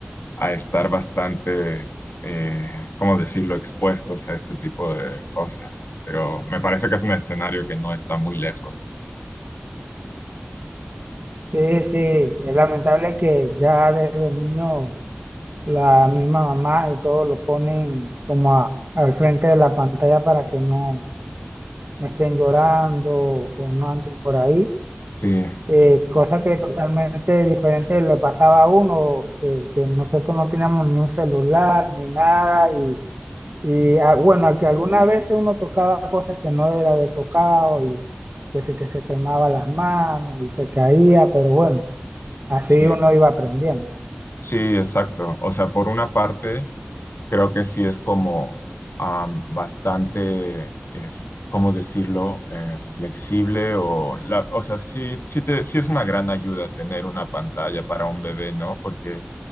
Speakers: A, on the left (about 70°); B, on the right (about 55°).
A: a estar bastante, eh, ¿cómo decirlo?, expuestos a este tipo de cosas. Pero me parece que es un escenario que no está muy lejos.
B: Sí, sí, es lamentable que ya desde niño la misma mamá y todo lo ponen como a- al frente de la pantalla para que no, no estén llorando
A: Sí,
B: o no anden por ahí.
A: sí,
B: Eh, cosa que totalmente diferente le pasaba a uno, que, que nosotros no teníamos ni un celular ni nada y, y ah, bueno, que algunas veces uno tocaba cosas que no era de tocado y que se, que se quemaba las manos y se caía, pero bueno, así
A: sí,
B: uno iba aprendiendo.
A: sí, exacto. O sea, por una parte, creo que sí es como am, bastante, eh, ¿cómo decirlo?, Eh, flexible o, la, o sea, sí, sí, te, sí es una gran ayuda tener una pantalla para un bebé, ¿no? Porque